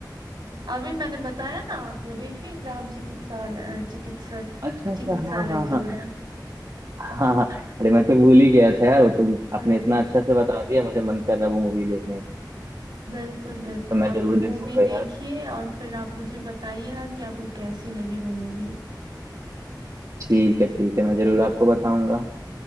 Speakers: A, on the right; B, on the right.
A: अभी मैंने बताया ना
B: आप-
A: आप वो देखिए ग्राम चिकित्सालय चिकित्सा
B: अच्छा अच्छा
A: चिकित्सालय
B: हाँ हाँ
A: जो
B: हाँ
A: है
B: हाँ हाँ अरे मैं तो भूल ही गया था यार वो तुम आपने
A: हम्म
B: इतना अच्छा से बता दिया मुझे मन कर रहा है वो मूवी देखने का
A: बिल्कुल बिल्कुल
B: तो मैं
A: आप
B: जरूर
A: वो
B: देखूंगा
A: मूवी
B: यार
A: देखिए और फिर आप मुझे बताइएगा कि आपको कैसी लगी वो मूवी
B: ठीक है ठीक है मैं जरूर आपको बताऊंगा